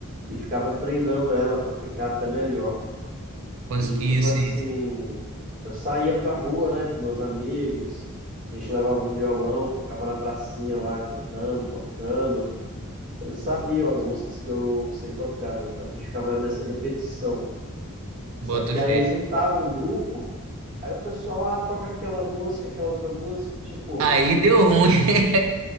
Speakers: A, on the right; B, on the right.
A: e ficava treinando ela pra ficar até melhor.
B: pô. Com-
A: E tipo
B: Isso,
A: assim,
B: isso.
A: eu saía pra rua, né, com meus amigos, a gente levava o violão, ficava na pracinha lá cantando, tocando. Eles sabiam as músicas que eu sei tocar, né? Então a gente ficava nessa repetição. Só
B: Boto
A: que
B: fé.
A: aí juntava um grupo, aí o pessoal, ah, toca aquela música, aquela outra música, e, tipo,
B: Aí deu ruim. <laughs>